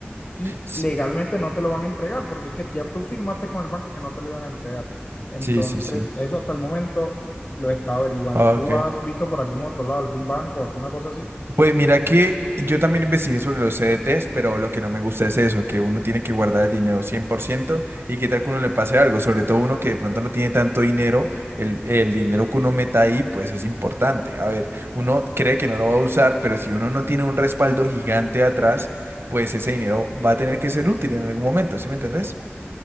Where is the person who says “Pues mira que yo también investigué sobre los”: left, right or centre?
Right